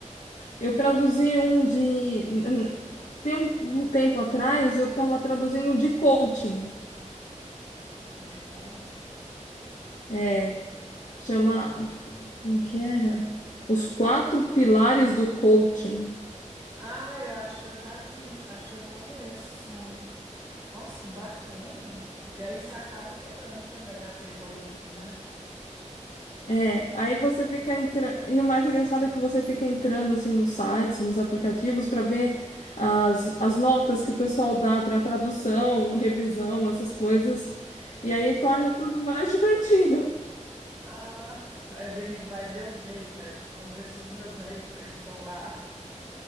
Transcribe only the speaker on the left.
Eu traduzi um de. n- n- Tem um, um tempo atrás, eu estava traduzindo de coaching.
É, chama. Como que era? Os quatro pilares do coaching.
É, aí você fica entrando. E o mais engraçado é que você fica entrando assim nos sites, nos aplicativos, para ver as, as notas que o pessoal dá para tradução, revisão, essas coisas. E aí torna tudo mais <laughs> divertido.